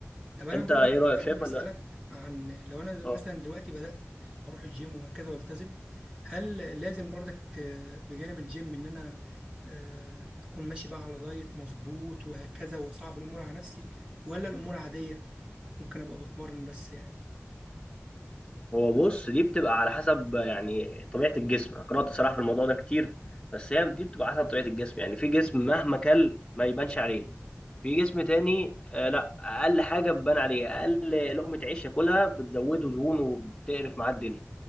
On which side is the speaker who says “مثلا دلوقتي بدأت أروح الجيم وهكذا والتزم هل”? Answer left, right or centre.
Right